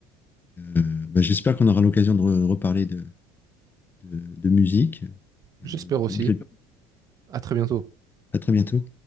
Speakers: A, on the left; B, on the right.
A: Euh, bah, j'espère qu'on aura l'occasion de re- reparler de, de, de musique.
B: J'espère
A: Euh,
B: aussi.
A: donc, je- vais-
B: À très bientôt.
A: à très bientôt.